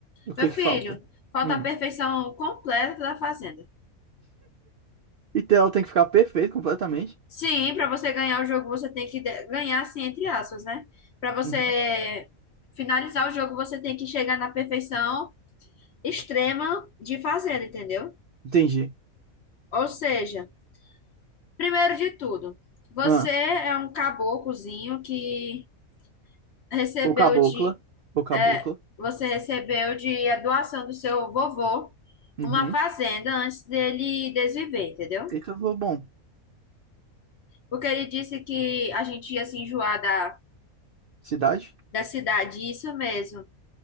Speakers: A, on the right; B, on the left.
A: O que
B: Meu filho,
A: é que falta?
B: falta
A: Hum.
B: a perfeição completa da fazenda.
A: E tela tem que ficar perfeita completamente.
B: Sim, para você ganhar o jogo, você tem que de- ganhar, assim, entre aspas, né? Para você
A: Uhum.
B: finalizar o jogo, você tem que chegar na perfeição extrema de fazenda, entendeu?
A: Entendi.
B: Ou seja, primeiro de tudo, você
A: Ah.
B: é um caboclozinho que recebeu
A: Ou cabocla.
B: de,
A: Ou cabocla.
B: é, você recebeu de a doação do seu vovô
A: Uhum.
B: uma fazenda antes dele desviver, entendeu?
A: Eita, vou bom.
B: Porque ele disse que a gente ia se enjoar da,
A: Cidade?
B: da cidade, isso mesmo.